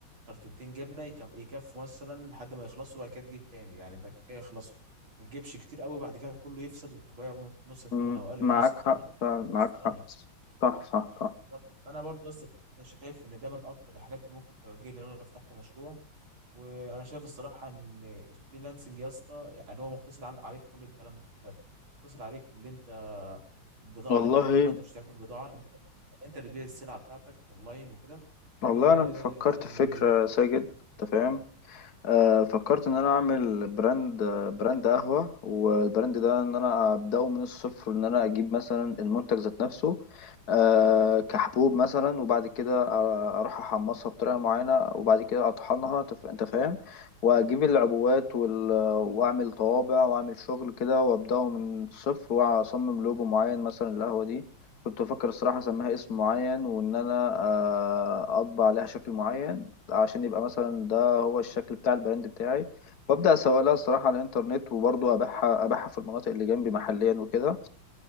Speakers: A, on the right (about 85°); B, on the left (about 55°).
A: كرتونتين جبنه يكف... يكفوا مثلا لحد ما يخلصوا بعد كده تجيب تاني يعني بعد كده يخلصوا ما تجيبش كتير قوي بعد كده كله يفسد وتبيع بنص الثمن
B: مم.
A: او اقل
B: معاك
A: بنص الثمن
B: حق
A: انت
B: فعلا،
A: خسران
B: معاك حق
A: اكيد
B: صح صح صح
A: بالظبط. فانا برضه اصلا انا شايف ان ده من اكتر الحاجات اللي ممكن توجهني ان انا لو فتحت مشروع وانا شايف الصراحه ان الفريلانسنج يا اسطى يعني هو مختصر عن عليك كل الكلام ده مختصر عليك اللي انت البضاعه
B: والله
A: اللي انت هتجيبها انت مش هتعمل بضاعه انت انت اللي تبيع السلعه بتاعتك اونلاين وكده وال
B: والله انا فكرت في فكرة ساجد انت فاهم آه، فكرت ان انا اعمل براند آه، براند قهوة والبراند ده ان انا ابداه من الصفر ان انا اجيب مثلا المنتج ذات نفسه آه، كحبوب مثلا وبعد كده أ- اروح احمصها بطريقة معينة وبعد كده اطحنها تف- انت فاهم واجيب العبوات وال... واعمل طوابع واعمل شغل كده وابداه من الصفر واصمم لوجو معين مثلا للقهوة دي كنت بفكر الصراحة أسميها اسم معين وإن أنا آه، أطبع عليها شكل معين عشان يبقى مثلا هو الشكل بتاع البراند بتاعي وابدا اسوق لها الصراحه على الانترنت وبرضه ابيعها ابيعها في المناطق اللي جنبي محليا وكده